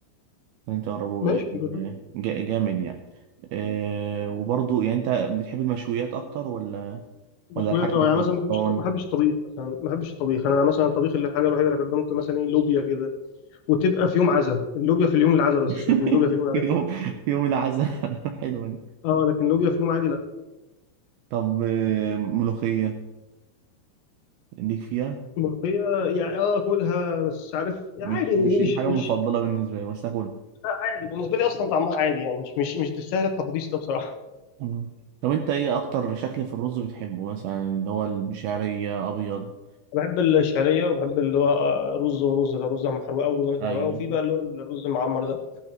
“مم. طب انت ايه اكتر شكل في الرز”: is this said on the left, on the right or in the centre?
Right